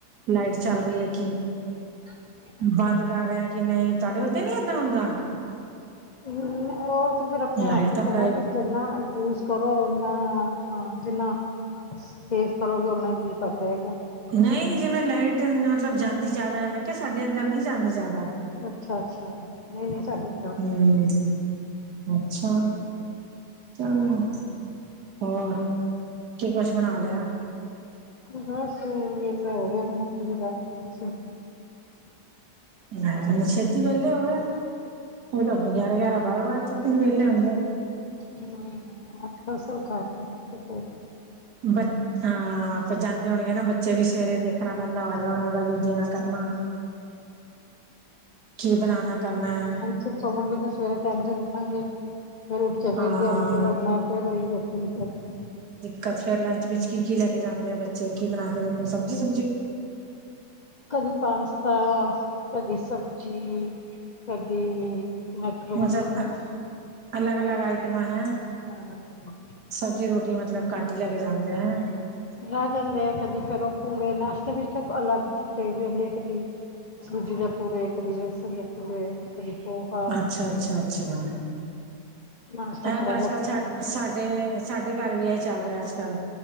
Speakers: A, on the right; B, on the left.
A: ਲਾਈਟ ਚਾੱਲ ਰੀ ਏ ਕਿ
B: <inaudible>
A: ਬਾੰਦ ਕਾਰ ਰੇ ਆਂ ਕਿ ਨਹੀਂ, ਤੂਆਡੇ ਓਥੇ ਨੀ ਏਦਾਂ ਹੁੰਦਾ?
B: ਹੂੰ, ਓ ਤੇ ਫੇਰ ਅਪਨੇ
A: ਲਾਈਟ
B: ਹਾੱਥ ਇਚ
A: ਤਾਂ ਪ੍ਰਾਈ
B: ਥੋੜਨਾ ਐ ਕਿ ਜਿੰਨਾ ਯੂਜ਼ ਕਰੋ, ਓਨਾਂ ਨਾਂ ਜਿੰਨਾ ਸੇਫ਼ ਕਰੋਗੇ ਉਨਾਂ ਈ ਬਿੱਲ ਘਾੱਟ ਆਏਗਾ।
A: ਨਹੀਂ ਜਿਂਵੇ ਲਾਈਟ ਨ ਮਤਲਬ ਜਾਂਦੀ ਜਾਦੈ, ਮੈਂ ਕੇਆ ਸਾਡੇ ਐਧੱਰ ਨੀ ਜਾਂਦੀ ਜਾਦਾ।
B: ਅੱਛਾ, ਅੱਛਾ ਨਹੀਂ, ਨਹੀਂ ਸਾਡੇ ਜਾਂਦੀ
A: ਹੂੰ
B: ਏ।
A: ਅੱਛਾ। ਚਲੋ, ਹੋਰ ਕੀ ਕੁਛ ਬਨਾ ਲੇਆ?
B: ਬਾੱਸ ਵੇਲੇ ਹੋਗਏ, ਮੂਂਗੀ ਦੀ ਦਾਲ ਬਨਾਈ ਸੀ।
A: ਹੈਂ,
B: ਅੱਜ
A: ਛੇਤੀ ਵੇਲੇ ਹੋਗਏ ੳਜਤਾਂ ਅਪਨੇ ਗੇਆਰਾਂ, ਗੇਆਰਾਂ, ਬਾਰਾਂ ਵਾੱਜ ਜਾਤ ਏਨ ਵੇਲੇ ਹੋਂਦੇ।
B: ਹੂੰ, ਆਜ ਕਸਰ ਕਾਰ ਰੀ ਆਂ ਧੁਪੇ।
A: ਬਚ, ਹਾਂ, ਫੇਰ ਜਾਂਦੇ ਹੋਨਗੇ ਨਾ ਬੱਚੇ ਵੀ ਸਵੇਰੇ ਦੇਖਨਾ ਪੈਂਦਾ ਹੋਏਗਾ ਓਨਾਂ ਨੂੰ। ਦਾ ਵੀ ਦੇਣਾ ਕਰਨਾ, ਕੀ ਬਨਾਣਾ ਕਰਨਾ ਐ।
B: ਫਿਰ ਸੋਵਾਂਗੇ ਤੇ ਸਵੇਰੇ ਟੈਮ ਸਿਰ ਉਠੱਨਗੇ। ਫੇਰ ਉਠ ਕੇ ਫੇਰ
A: ਹਾਂ
B: ਦਿਆੜੀ ਤੇ ਲੱਗਨੈ, ਫੇਰ ਓਈ ਰੋਟੀ, ਸਬਜੀ।
A: ਕਚ ਫੇਰ ਲੰਚ ਵਿੱਚ ਕੀ, ਕੀ ਲੈ ਕੇ ਜਾਂਦੇ ਐ ਬੱਚੇ, ਕੀ ਬਨਾ ਕੇ ਦੇਂਦੇ ਓ ਸਬਜੀ-ਸੁਬਜੀ?
B: ਕਦੀ ਪਾਸਤਾ, ਕਦੀ ਸਬਜੀ, ਕਦੀ ਮੈਕਰੋਨੀ
A: ਮਤਲਬ ਅ ਅਲਗ-ਅਲਗ ਆਈਟਮਾਂ, ਹੈਂ?
B: ਹਾਂ
A: ਸਬਜ਼ੀ, ਰੋਟੀ ਮਤਲਬ ਘੱਟ ਹੀ ਲੈ ਕੇ ਜਾਂਦੇ ਆ, ਹੈੰ
B: ਲੈ ਜਾਂਦੇ ਆ, ਕਦੀ ਗਰਮ ਪੂੜੇ, ਨਾਸ਼ਤੇ ਵਿੱਚ ਤੇ ਅਲੱਗ ਚੀਜ਼ ਚਾਹੀਦੀ ਹੁੰਦੀ ਹੈ ਕਦੀ। ਸੂਜੀ ਦੇ ਪੂੜੇ, ਕਦੇ ਵੇਸਣ ਦੇ ਪੂੜੇ ਕਦੀ ਪੋਹਾ
A: ਅੱਛਾ -ਅੱਛਾ, ਅੱਛਾ। ਹੈਂ,
B: ਨਾਸ਼ਤਾ
A: ਤਾਂ
B: ਥੋੜਾ ਜਿਹਾ
A: ਅੱਜ -ਕੱਲ੍ਹ
B: ਕਰਨਾ
A: ਤਾਂ
B: ਹੁੰਦਾ
A: ਸਾਡੇ ਸਾਡੇ ਘਰ ਵੀ, ਇਹੀ ਚੱਲ ਰਿਹਾ ਅੱਜ -ਕੱਲ,